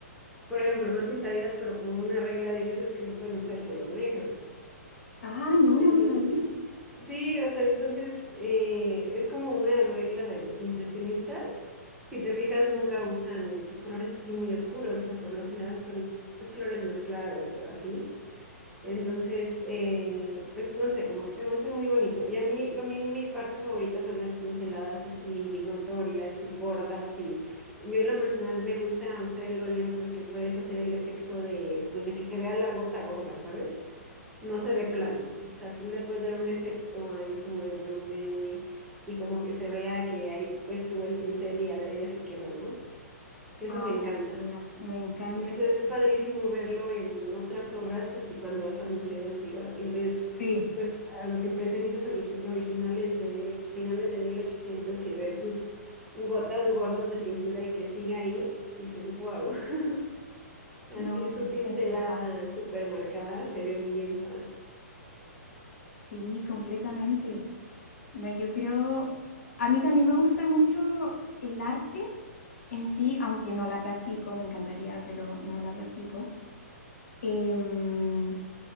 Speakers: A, in the centre; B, on the left (about 65°).
A: por ejemplo, no sé si sabías, pero como una regla de ellos es que no pueden usar el color negro.
B: Ah, no,
A: Entonces,
B: no lo sabía.
A: Sí, o sea, entonces eh, es como una regla de los impresionistas. Si te fijas, nunca usan pues colores así muy oscuros, o sea, por lo general son pues colores más claros o así. Entonces, eh, pues no sé, como que se me hace muy bonito. Y a mí, a mí mi parte favorita son las pinceladas así notorias y gordas y yo en lo personal me gusta usar el óleo porque puedes hacer el efecto de pues de que se vea la gota gorda, ¿sabes? no se ve plano. O sea, tú le puedes dar un efecto ahí como de volumen y, y como que se vea que ahí pues tuvo el pincel y adrede se quedó, ¿no? Eso
B: Ah,
A: me encanta.
B: genial, me encanta
A: Y eso es
B: eso.
A: padrísimo verlo en otras obras, así cuando vas a museos y, va- y ves
B: Sí,
A: pues a los impresionistas origi- originales de finales de 1800 y ver sus gotas gordas de pintura y que siga ahí, dices, wow, <laughs> así
B: no,
A: su pincelada
B: es verdad.
A: súper marcada se ve bien padre.
B: Sí, completamente. No, yo creo, a mí también me gusta mucho el arte en sí, aunque no la practico, me encantaría, pero no la practico. Em,